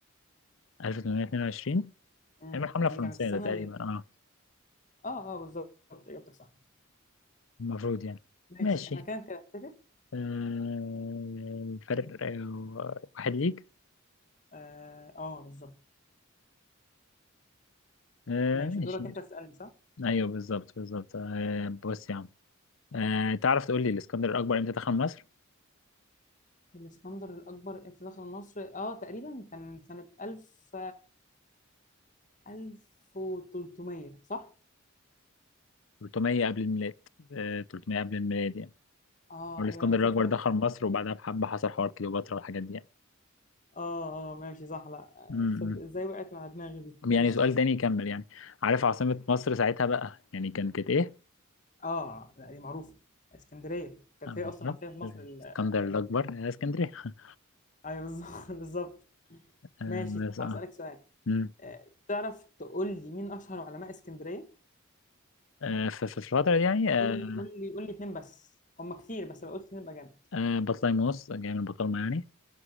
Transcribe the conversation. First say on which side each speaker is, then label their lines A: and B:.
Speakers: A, on the left (about 65°); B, on the left (about 35°).
A: 1822
B: امم
A: ايام الحمله الفرنسيه
B: دي كانت السنه
A: ده تقريبا
B: ال...
A: اه
B: اه اه بالظبط اجابتك صح
A: المفروض يعني
B: ماشي
A: ماشي
B: احنا كده كده نتفق
A: آه الفرق آه، واحد ليك
B: اه آه، بالظبط
A: آه
B: ماشي
A: ماشي
B: دورك انت تسألني صح؟
A: ايوه بالظبط بالظبط آه بص يا عم آه تعرف تقول لي الاسكندر الاكبر امتى دخل مصر
B: الاسكندر الأكبر امتى دخل مصر؟ اه تقريبا كان سنة 1000 1300 صح؟
A: 300 قبل الميلاد آه، 300 قبل الميلاد يعني
B: اه
A: والاسكندر
B: ايوه انا فاكر
A: الاكبر
B: فاكر
A: دخل
B: كان-
A: مصر وبعدها بحبه حصل حوار كليوباترا والحاجات دي يعني
B: اه اه ماشي صح لا
A: امم
B: تصدق ازاي وقعت مع دماغي دي ماشي
A: يعني سؤال تاني يكمل يعني عارف عاصمة مصر ساعتها بقى يعني كان كانت ايه؟
B: اه لا دي معروفة اسكندرية كانت
A: آه،
B: هي
A: بالظبط
B: اصلا عاصمة مصر
A: الاسكندر
B: ال- ايام
A: الاكبر
B: ال-
A: آه، اسكندريه <laughs>
B: ايوه بالظبط <laughs> بالظبط
A: آه،
B: ماشي
A: بس
B: طب
A: اه
B: هسألك سؤال
A: امم
B: آه، تعرف تقول لي مين اشهر علماء اسكندرية؟
A: آه، ف- ف- في الفترة دي يعني آه،
B: قول لي قول لي قول لي اتنين بس هم كتير بس لو قلت اتنين يبقى جامد
A: آه، بطليموس جاي من بطالمة يعني